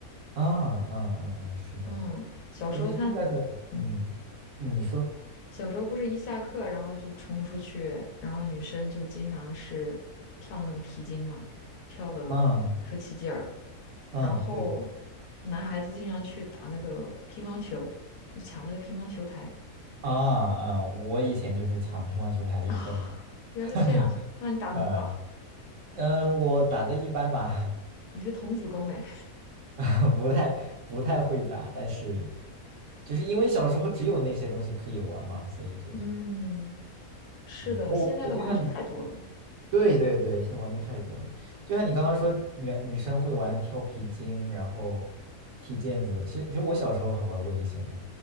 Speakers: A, on the right; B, on the left.
A: 啊，嗯嗯嗯，是的，
B: 嗯，小时候他
A: 就是现在的，
B: 嗯。
A: 嗯，你说。
B: 小时候不是一下课，然后就冲出去，然后女生就经常是跳那个皮筋嘛，跳的可起劲儿。
A: 嗯嗯，
B: 然后
A: 对对对，
B: 男孩子经常去打那个乒乓球，就抢那个乒乓球台
A: 啊啊，我以前就是抢乒乓球台的一份子，
B: 啊。<laughs> 原来这样，
A: <laughs>
B: 那你打的很好，
A: 嗯嗯，我打的一般吧，
B: 你是童子功哎。
A: <laughs> 不太不太会打，但是就是因为小时候只有那些东西可以玩儿嘛，所以就
B: 嗯，是的，
A: 嗯，我我就像你，
B: 现在的玩具太多了。
A: 对对对，现在玩具太多了，就像你刚刚说女女生会玩跳皮筋，然后踢毽子，其实其实我小时候还玩过这些呢。